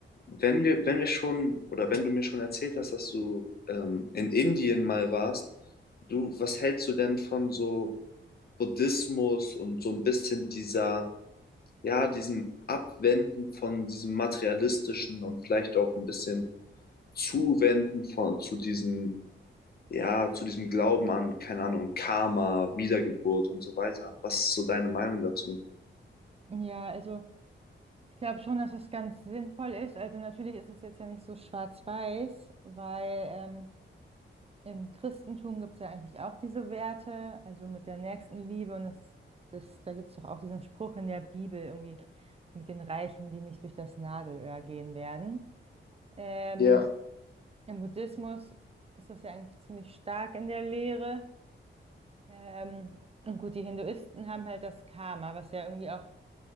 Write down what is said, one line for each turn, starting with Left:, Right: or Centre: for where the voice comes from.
Left: Wenn wir, wenn wir schon, oder wenn du mir schon erzählt hast, dass du ähm, in Indien mal warst, du, was hältst du denn von so Buddhismus und so ein bisschen dieser, ja, diesem Abwenden von diesem materialistischen und vielleicht auch ein bisschen Zuwenden von, zu diesem, ja, zu diesem Glauben an, keine Ahnung, Karma, Wiedergeburt und so weiter? Was ist so deine Meinung dazu?
Right: Ja, also ich glaube schon, dass das ganz sinnvoll ist. Also natürlich ist es jetzt ja nicht so schwarz-weiß, weil ähm, im Christentum gibt es ja eigentlich auch diese Werte, also mit der Nächstenliebe und das, das, da gibt es doch auch diesen Spruch in der Bibel irgendwie mit den Reichen, die nicht durch das Nadelöhr gehen werden. Ähm,
Left: Ja,
Right: im Buddhismus ist das ja eigentlich ziemlich stark in der Lehre. Ähm, und gut, die Hinduisten haben halt das Karma, was ja irgendwie auch